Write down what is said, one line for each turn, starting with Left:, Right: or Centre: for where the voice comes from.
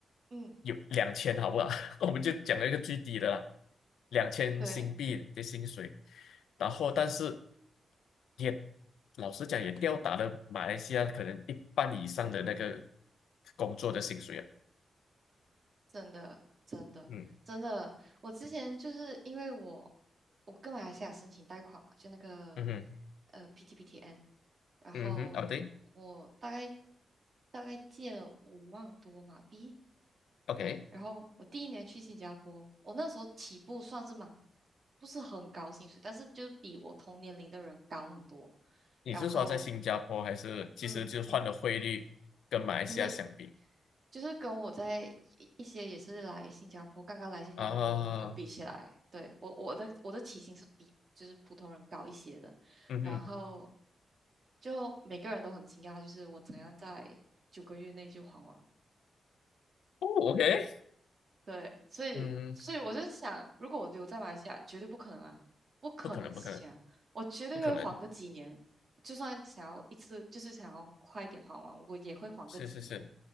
Right: 嗯
Left: 有两千好不好？<laughs> 我们就讲了一个最低的啦，两千新币的薪水，
Right: 对。
Left: 然后但是也老实讲也吊打了马来西亚可能一半以上的那个工作的薪水啊，
Right: 真的，真的，
Left: 嗯
Right: 真的，我之前就是因为我我跟马来西亚申请贷款嘛，就那个
Left: 嗯哼
Right: 呃 PTPTN，然后我大概
Left: 嗯哼，哦对
Right: 大概借了五万多马币，
Left: ，OK，
Right: 对，然后我第一年去新加坡，我那时候起步算是蛮不是很高薪水，但是就是比我同年龄的人高很多，
Left: 你是说在新加坡还是其实就换了汇率跟马来西亚相比
Right: 然后嗯嗯。不是。就是跟我在一一些也是来新加坡，刚刚来新加坡的朋友比起来，
Left: 啊？
Right: 对，我我的我的起薪是比就是普通人高一些的，
Left: 嗯哼，
Right: 然后就每个人都很惊讶，就是我怎样在九个月内就还完。
Left: 哦，OK，
Right: 对，所以所以我就想，
Left: 嗯，
Right: 如果我留在马来西亚，绝对不可能啊，不可能的事情啊，
Left: 不可能不可能
Right: 我绝对会还个几年，
Left: 不可能，
Right: 就算想要一次，就是想要快一点还完，我也会还个几年。
Left: 是是是，